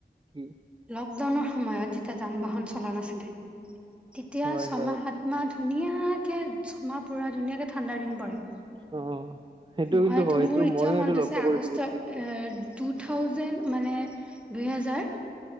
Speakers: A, on the right; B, in the centre.
A: কি
B: লকডাউনৰ সময়ত যেতিয়া যান-বাহন চলা নাছিলে তেতিয়া
A: হয়
B: ছমাহ,
A: হয়
B: সাতমাহ ধুনীয়াকে ছমাহ পুৰা ধুনীয়াকে ঠাণ্ডা দিন পৰে
A: অ, সেইটো
B: মইতো
A: কিন্তু হয়
B: মোৰ
A: এইটো
B: এতিয়াও
A: মইও
B: মনত
A: এইটো লক্ষ্য
B: আছে আগষ্ট
A: কৰিছো বস্তুটো
B: এ টু থাউজেড মানে দুইহেজাৰ